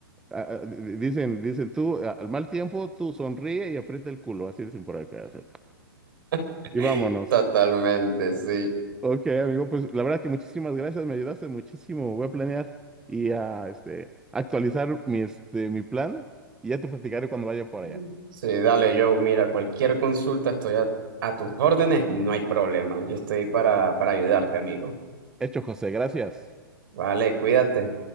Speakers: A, in the centre; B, on the right.
A: a- a- di- dicen, dicen tú, a- al mal tiempo, tú sonríe y aprieta el culo, así dicen por acá, sí.
B: <laughs>
A: y vámonos.
B: Totalmente, sí.
A: Ok, amigo, pues la verdad que muchísimas gracias, me ayudaste muchísimo, voy a planear y a, este, actualizar mi, este, mi plan, y ya te platicaré cuando vaya por
B: Mm.
A: allá.
B: Sí, dale, Joe, mira, cualquier consulta estoy a, a tus órdenes, no hay problema. Yo estoy para, para ayudarte, amigo.
A: Hecho, José, gracias.
B: Vale, cuídate.